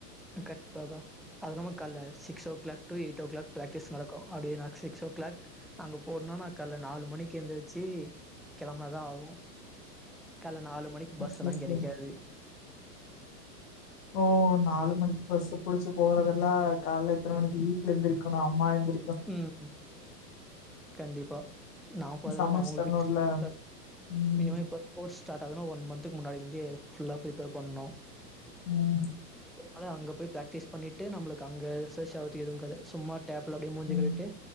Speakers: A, in the centre; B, on the left (about 65°).
A: அன் கண்ப் பாகா அது நாமோ கால்ல சிக்ஸோ clock to eight o' clock practice நடக்கு அப்டியே நா சிக்ஸோ க்ளாக் அங்க போனுனா கால்ல நாலு மணிக்கு எந்திருச்சி கெளம்னாதா ஆகும் காலேல நாலு மணிக்கு பஸ்ஸலா
B: ஓகே ஓகே
A: கெடைக்காது
B: ஓ நாலு மணிக்கு பஸ்ஸ புடிச்சு போறதெல்லா கால்ல இத்தன மணிக்கு வீட்ல எந்திரிக்கணு அம்மா எந்திரி
A: உம் கண்டிப்பா நா போறது
B: சமச்சு
A: இல்லாம அவுங்குளுக்கு
B: தரணுல்ல
A: டிஸ்டபன்ஸா இருக்கு
B: ம்
A: இனிமே ஸ்போர்ட்ஸ் ஸ்டார்ட் ஆகுதுனா ஒன் மந்த்க்கு முன்னாடி இருந்தே ஃபுல்லா ப்ரிப்பேர் பண்ணணு
B: ம்
A: ஆனா அங்க போய் பிராக்டிஸ் பண்ணிட்டு நம்முளுக்கு அங்க ரிசர்ச் ஆகுறதுக்கு எதுவு இருக்காது சும்மா டேப்ல அப்டியே மூஞ்சிய கழுவிட்டு
B: ம்